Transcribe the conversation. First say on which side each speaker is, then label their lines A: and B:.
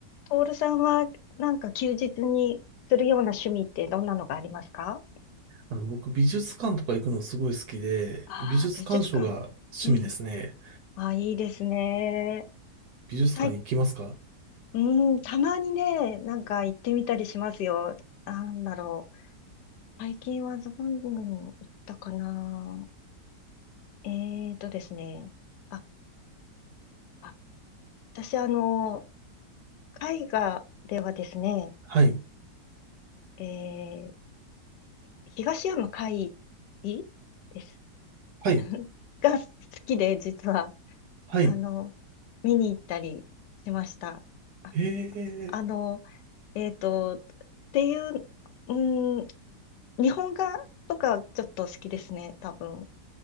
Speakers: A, on the left; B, on the right.
A: トールさんはなんか休日にするような趣味ってどんなのがありますか
B: あの、僕、美術館とか行くのすごい好きで、
A: ああー、
B: 美術鑑賞が趣味ですね。
A: 美術館。うん。ああ、いいですね。
B: 美術館行きますか
A: はい。うん、たまにね、なんか行ってみたりしますよ。なんだろう。最近はどングにも行ったかな。えーとですね。あ、あ、私あの、絵画ではですね、
B: はい。
A: えー、東山魁夷です。
B: はい。
A: <laughs> が好きで、実は。
B: はい。
A: あの、見に行ったりしました。あ、
B: ええ、
A: あの、えっと、っていう、うん、日本画とかちょっと好きですね、多分。